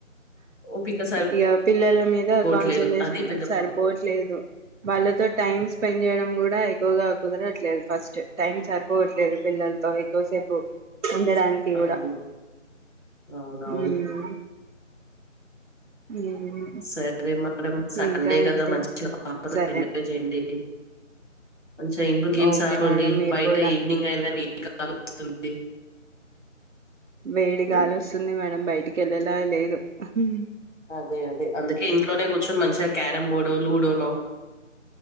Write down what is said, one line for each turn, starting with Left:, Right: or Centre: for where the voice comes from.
Left: ఓపిక
Right: ఇగ పిల్లల మీద
Left: సరిపోవట్లేదు
Right: కాన్సన్ట్రేషన్
Left: అది పెద్ద
Right: సరిపోవట్లేదు.
Left: ప్రాబ్లం
Right: వాళ్ళతో టైమ్స్ స్పెండ్ చేయడం కూడా ఎక్కువగా కుదరట్లేదు. ఫస్ట్ టైం సరిపోవట్లేదు పిల్లలతో ఎక్కువసేపు ఉండడానికి
Left: అవును
Right: కూడా
Left: అవునవును
Right: హ్మ్. హ్మ్.
Left: సరే మేడం సండే
Right: ఇంకా
Left: కదా
Right: ఏంటి
Left: మంచిగా పాపతో
Right: సరే
Left: ఎంజాయ్ చేయండి. డీ. కొంచెం ఇంగో గేమ్స్
Right: ఓకే
Left: ఆకోండి.
Right: మేడం మీరు
Left: బయట
Right: కూడా
Left: ఈవినింగ్ అయిన నీ కాల్ స్తుంది.
Right: వేడి
Left: ఉమ్,
Right: గాలి వస్సుంది. మేడం బయటికి ఎళ్ళ్ లేదు ఉ
Left: అదే అదే అందుకే ఇంట్లోనే కూర్చొని మంచిగా క్యారమ్ బోర్డు, లూడోనో